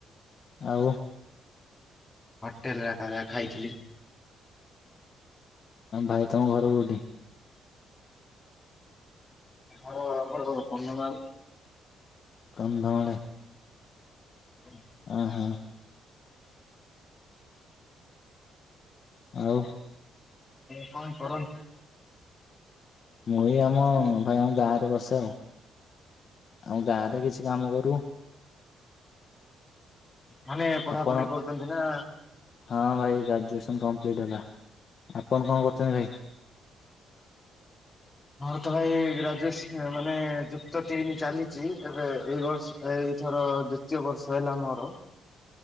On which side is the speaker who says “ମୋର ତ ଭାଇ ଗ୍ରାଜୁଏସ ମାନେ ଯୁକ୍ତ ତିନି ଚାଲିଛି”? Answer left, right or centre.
Left